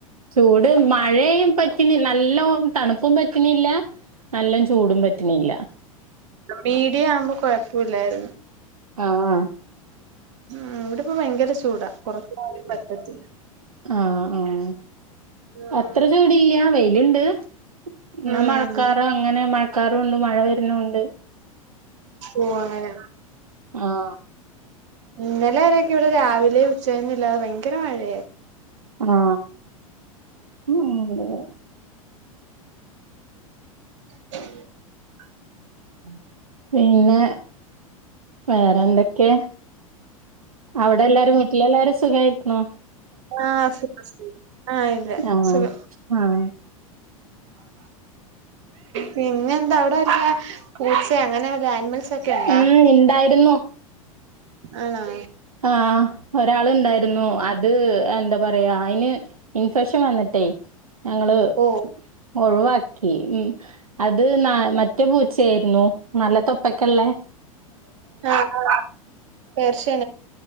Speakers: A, on the right; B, on the right.
A: ചൂട് മഴയും പിന്നെ നല്ല തണുപ്പും പറ്റണല്ല നല്ല ചൂടും പറ്റണല്ല
B: മീഡിയ ആവുമ്പോ കൊഴപ്പമില്ലായിരുന്നു
A: ആഹ ആഹ
B: ഉ ഇവിടെ ഭയങ്കര ചൂടാ പറ്റത്തില്ല
A: ആഹ ആഹ
B: ഉം
A: അത്ര ചൂടല്ല ഇണ്ട് എന്നാ
B: ഉം
A: മഴക്കാറ അങ്ങനെ മഴ മഴക്കാറുണ്ട് മഴ വരുന്നുണ്ട്
B: ഓ അങ്ങനെ
A: ആഹ
B: ഇന്നലെ വരൊക്കെ ഇവിടെ രാവിലെ ഉച്ചയൊന്നും ഇല്ലാതെ ഭയങ്കര മഴയാ
A: ആഹ ഉ അതെ <unintelligible>
B: <inaudible>
A: ഉം <unintelligible> പിന്നെ വേറെ എന്തൊക്കെ അവിടെ എല്ലാവരും വീട്ടിൽ എല്ലാവരും സുഖമായിരിക്കണോ
B: ആഹ സുഖം ആഹ ഇല്ല
A: ആഹ്
B: സുഖം
A: ആഹ്
B: പിന്നെ എന്താ അവിടെ വല്ല പൂച്ച അങ്ങനെ ആനിമൽസ് ഒക്കെ ഉണ്ടാ
A: ഉ ഉണ്ടായിരുന്നു
B: ആണോ
A: ആഹ ഒരാൾ ഉണ്ടായിരുന്നു അത് എന്താ പറയാ അതിന് ഇൻഫെക്ഷൻ വന്നിട്ടെ ഞങ്ങള്
B: ഓ
A: ഒഴിവാക്കി ഉ അത് ന മറ്റേ പൂച്ചയായിരുന്നു നല്ല തൊപ്പക്കെള്ളെ
B: ആഹ പേർഷ്യ